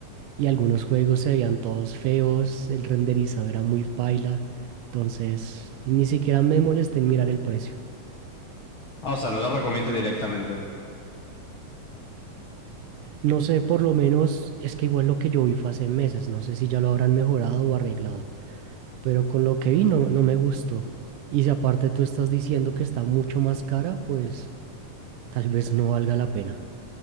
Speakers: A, on the right; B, on the left.
A: y algunos juegos se veían todos feos, el renderizado era muy paila, entonces ni siquiera me molesté en mirar el precio.
B: Ah, o sea, no lo recomiendo directamente.
A: No sé, por lo menos es que igual lo que yo vi fue hace meses, no sé si ya lo habrán mejorado o arreglado, pero con lo que vi no, no me gustó. Y si aparte tú estás diciendo que está mucho más cara, pues tal vez no valga la pena.